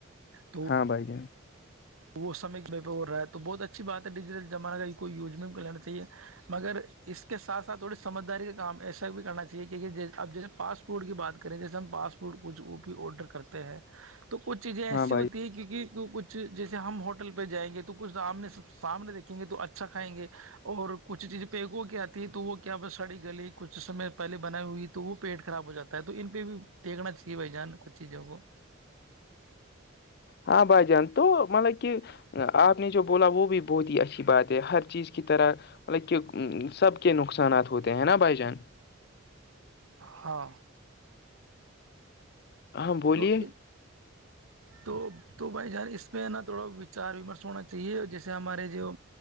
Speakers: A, on the right; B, on the left.
A: تو
B: ہاں بائی جان
A: وہ سم پہ رہا ہے بہت اچھی بات ہے ڈیجیٹل زمانہ کا کوئی یوج کوہ لینا چیے مگر اس کے ساتھ سھ تھوڑی سمجھداری کا کام ایسا بھی کرنا چاہیے کیک اب جیسے پاسٹ فڈ کی بات کریں جیسے ہم پاسٹ فوڈ کچھ ا بھی آڈر کرتے ہیں تو کچھ چیزیں ایسی
B: ہاں بھائی
A: ہوتی ہیں کیونکہ کچھ جیسے ہم ہوٹل پہ جائیں گے تو کچھ سامنے سامنے دیکھیں گے تو اچھا کھائیں گے اور کچھ چیزیں پیکوں کی آتی ہے تو وہ کیا ب سڑی گلی کچھ سمے پہلے بناائی ہوئی تھی تو وہ پیٹ خراب ہو جاتا ہے تو ان پہ بھی دیکھنا چاہیے بھائی جان کچھ چیزوں کو
B: ہاں بائی جان تو مل کہ آپ نے جو بولا وہ بھی بہت ہی اچھی بات ہے ہر چیز کی طرح مطلب کہ سب کے نقصانات ہوتے ہیں نا بھائی جان
A: ہاں
B: ہاں بولیے
A: تو تو تو بھائی جان اس پہ نا تھوڑا وچار ومرش ہونا چاہیے جیسے ہمارے جو